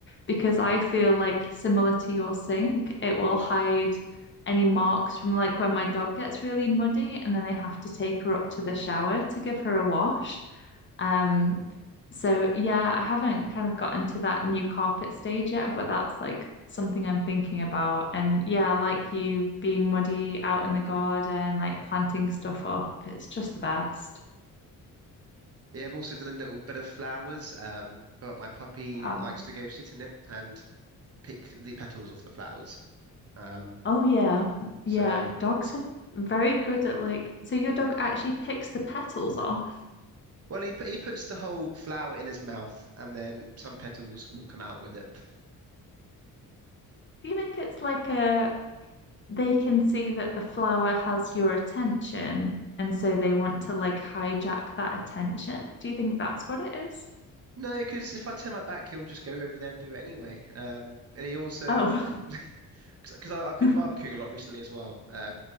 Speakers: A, on the left (about 30°); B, on the right (about 40°).
A: because I feel like similar to your sink, it will hide any marks from like when my dog gets really muddy and then I have to take her up to the shower to give her a wash. Um, so yeah, I haven't kind of gotten to that new carpet stage yet, but that's like something I'm thinking about. And yeah, like you being muddy out in the garden, like planting stuff up, it's just the best.
B: Yeah, I've also done a little bit of flowers, um, but my puppy
A: Wow.
B: likes to go sit in it and pick the petals off the flowers. Um,
A: Oh yeah. Yeah,
B: so,
A: dogs
B: it's-
A: are very good at like, so your dog actually picks the petals off.
B: well, he put, he puts the whole flower in his mouth, and then some petals will come out with it.
A: Do you think it's like a they can see that the flower has your attention and so they want to like hijack that attention? Do you think that's what it is?
B: No, because if I turn my back, he'll just go over there and do it anyway. Um, and he also,
A: Oh,
B: <laughs> because I've been
A: <laughs>
B: barbecuing a lot recently as well. uh,